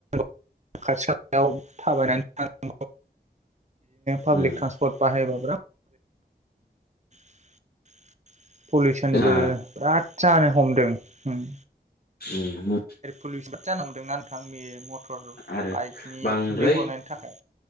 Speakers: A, on the right; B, on the left.
A: <unintelligible> बिदिनो पाब्लिक
B: उम
A: ट्रान्सपर्ट बाहायबा <inaudible> पलिउसनबो
B: जोंहा
A: बिराद जानो हमदों होम।
B: उम।
A: <unintelligible>
B: आरो
A: बाइकनि
B: बांद्राय
A: उखुन्दै गनायनि थाखाय